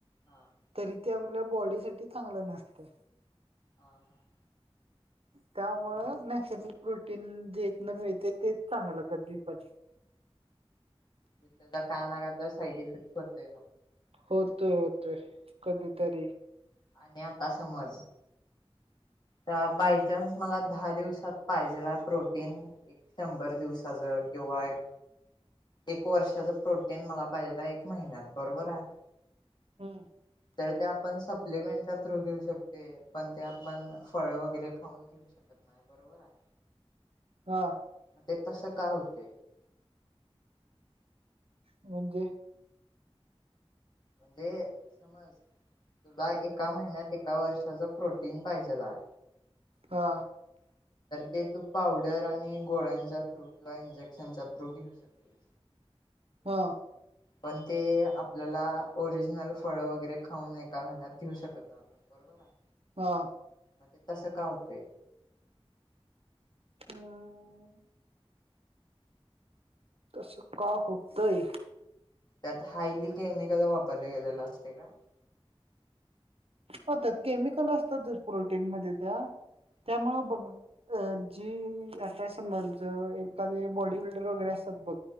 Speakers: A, on the left (about 45°); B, on the right (about 70°).
A: हां.
B: तरी ते आपल्या बॉडी साठी चांगलं नसते.
A: हां.
B: त्यामुळं नक्ष प्रोटीन जेथन मिळते तेच चांगलं कधी पण.
A: त्या काय नाही तर साईड इफेक्ट होतय.
B: होतोय होतोय कधीतरी
A: आणि आता समज, तर
B: हम्म
A: बायचान्स मला दहा दिवसात पाहिजेला प्रोटीन, एक शंभर दिवसाच किंवा एक एक वर्षाच प्रोटीन मला पाहिजे एक महिन्यात बरोबर आहे?
B: हम्
A: तर ते आपण सप्लिमेंटच्या थ्रू घेऊ शकते. पण त्या आपण फळ वगैरे खाऊन घेऊ शकत नाही बरोबर आहे
B: हा
A: मग ते तसं का होते?
B: म्हणजे?
A: म्हणजे समज. तुला एका महिन्यात एका वर्षाच प्रोटीन पाहिजेल हाय.
B: हा.
A: ते तू पावडर तर आणि गोळ्यांच्या थ्रू किंवा इंजेक्शनच्या थ्रू घेऊ शकतेस.
B: हा.
A: पण ते आपल्याला ओरिजिनल फळ वगैरे खाऊन एका महिन्यात घेऊ शकत ना आपण बरोबर आहे.
B: हा.
A: मग ते तस का होते.
B: हम. तसं का होतंय.
A: त्यात हायली केमिकल वापरले गेलेलं असते का.
B: हो त्यात केमिकल असतात प्रोटीन मध्ये त्या
A: हा
B: त्यामुळ बघ अ जी आता समज एखादे बॉडी बिल्डर वगैरे असतात बघ,